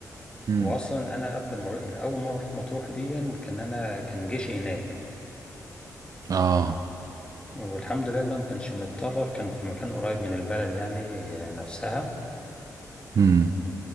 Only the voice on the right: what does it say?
امم
اه
امم